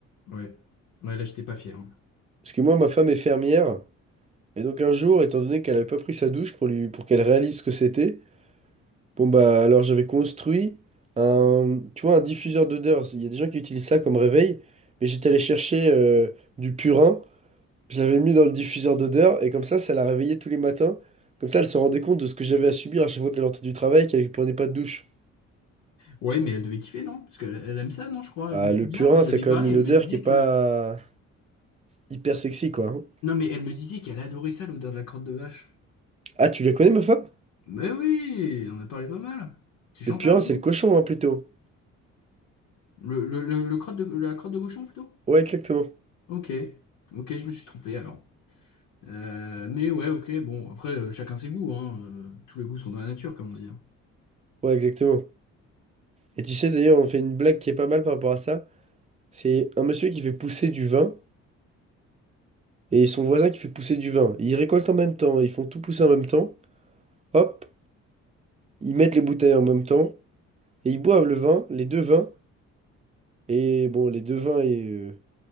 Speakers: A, on the left; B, on the right.
A: Ouais. Ouais, là, j'étais pas fier. hein.
B: Parce que moi, ma femme est fermière, et donc un jour, étant donné qu'elle avait pas pris sa douche pour lui, pour qu'elle réalise ce que c'était, bon bah alors j'avais construit un, tu vois, un diffuseur d'odeur. Il y a des gens qui utilisent ça comme réveil, mais j'étais allé chercher euh, du purin, je l'avais mis dans le diffuseur d'odeur, et comme ça, ça la réveillait tous les matins. Comme ça, elle se rendait compte de ce que j'avais à subir à chaque fois qu'elle rentrait du travail, qu'elle prenait pas de douche.
A: Ouais, mais elle devait kiffer, non? Parce qu'elle elle aime ça, non, je crois.
B: Ah,
A: Je me souviens,
B: le purin,
A: quand je
B: c'est
A: lui avais
B: quand
A: parlé,
B: même une
A: elle
B: odeur
A: me disait
B: qui est pas
A: que
B: hyper sexy, quoi. hein.
A: Non, mais elle me disait qu'elle adorait ça, l'odeur de la crotte de vache.
B: Ah, tu la connais, ma femme?
A: Mais oui, on a parlé pas mal. C'est
B: Le
A: Chantal,
B: purin, c'est
A: non?
B: le cochon, hein, plutôt.
A: Le, le, le- le crotte de, la crotte de cochon, plutôt?
B: Ouais, exactement.
A: Ok, ok, je me suis trompé alors. Euh, mais ouais, ok, bon, après, euh, chacun ses goûts, hein. euh, tous les goûts sont dans la nature, comme on dit. hein.
B: Ouais, exactement. Et tu sais, d'ailleurs, on fait une blague qui est pas mal par rapport à ça. C'est un monsieur qui fait pousser du vin et son voisin qui fait pousser du vin. Ils récoltent en même temps, ils font tout pousser en même temps. Hop, ils mettent les bouteilles en même temps et ils boivent le vin, les deux vins. Et bon, les deux vins et, euh,